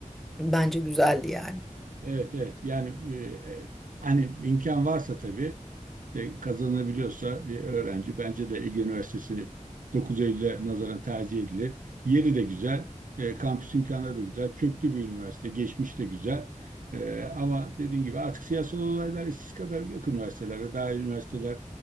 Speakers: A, in the centre; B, on the right.
A: bence güzeldi yani.
B: Evet evet yani e, e, hani imkan varsa tabii e, kazanabiliyorsa e, öğrenci bence de Ege Üniversitesi 9 Eylül'e nazaran tercih edilir. Yeri de güzel, e, kampüs imkanları da güzel, köklü bir üniversite, geçmiş de güzel. E, ama dediğim gibi artık siyasal olaylar eskisi kadar yok üniversitelerde. Daha üniversiteler